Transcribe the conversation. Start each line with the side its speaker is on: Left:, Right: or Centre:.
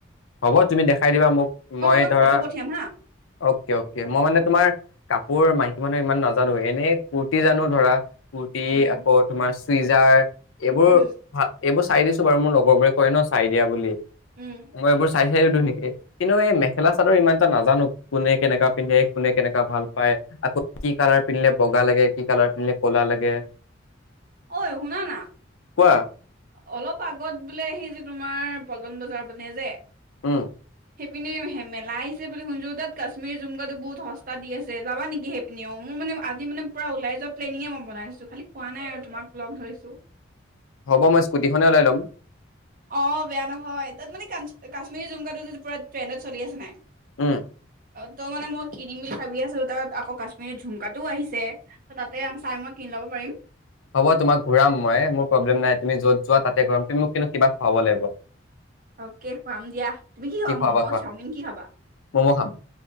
Left: হ'ব তুমি দেখাই দিবা মোক। মই
Right: তোমাক
Left: ধৰা
Right: ফটো পঠিয়াম হা
Left: অকে অকে মই মানে তোমাৰ কাপোৰ মাইকী, মানে ইমান নাজানো এনেই কুৰ্তি জানো ধৰা। কুৰ্তি
Right: উম
Left: আকৌ তোমাৰ, চুইজাৰ্। এইবোৰ
Right: উম
Left: ভা, এইবোৰ চাই দিছো বাৰু মোৰ লগৰবোৰে কয় ন চাই দিয়া বুলি।
Right: উম <unintelligible>
Left: মই এইবোৰ চাই হে ধুনীয়াকে, কিন্তু এই মেখেলা চাদৰ ইমান টা নাজানো, কোনে কেনেকা পিন্ধে, কোনে কেনেকা ভাল পাই, আকৌ কি কালাৰ পিন্ধে বগা লাগে কি কালাৰ পিন্ধিলে কলা লাগে।
Right: অঐ শুনা না?
Left: কোৱা-
Right: অলপ আগত বোলে হে যে তোমাৰ পলতন বজাৰ ফালে যে,
Left: উম।
Right: সেইপিনি মেলা আহিছে বুলি শুনিছোঁ, তাত কাশ্মীৰ- জুমকাটো বহুত সস্তা দি আছে, যাবা নেকি সেইপিনিও মোৰ মানে আজি মানে পূৰা ওলাই যোৱা প্লেনিঙে মই বনাই আছো, খালি কোৱা নাই আৰু তোমাক লগ ধৰিছোঁ।
Left: হ'ব মই স্কুটিখনেই ওলাই ল'ম।
Right: অঁ, বেয়া নহয় তাত মানো কাশ্মিৰী- জুমকাটো পুৰা ট্ৰেণ্ডত চলি আছে নাই,
Left: উম।
Right: ত' মানে মই কিনিম বুলি ভাবি আছো তাত আকৌ কাশ্মীৰৰ ঝুমকাটোও আহিছে ত' তাতে চাই মই কিনি ল'ব পাৰিম।
Left: হ'ব তোমাক ঘূৰাম মই মোৰ প্ৰব্লেম নাই তুমি যত যোৱা তাতে ঘূৰাম তুমি মোক কিন্তু কিবা খুৱাব লাগিব।
Right: অকে খুৱাম দিয়া তুমি কি খাবা
Left: খুৱাবা
Right: ম'ম',
Left: কোৱা?
Right: চাওমিন কি খাবা
Left: ম'ম' খাম।